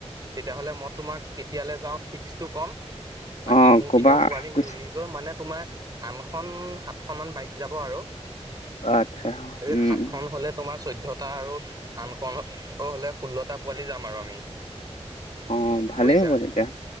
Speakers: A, on the right (about 35°); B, on the left (about 85°).
A: তেতিয়াহ'লে মত তোমাক কেতিয়ালে যাওঁ ফিক্সটো কম, বাকী
B: অ',
A: মোৰ
B: কবা
A: পিনেও পোৱালি
B: পিছে।
A: মিলি মানে তোমাৰ আনখন, সাতখন মান বাইক যাব আৰু।
B: আচ্ছা
A: এই
B: উম
A: সাত খন হ'লে তোমাৰ চৈধ্যয়টা আৰু আন খন হ'লে ষোল্লটা পোৱালি যাম আৰু আমি।
B: অ'। অ' ভালেই
A: বুজিছা
B: হ'ব তেতিয়া।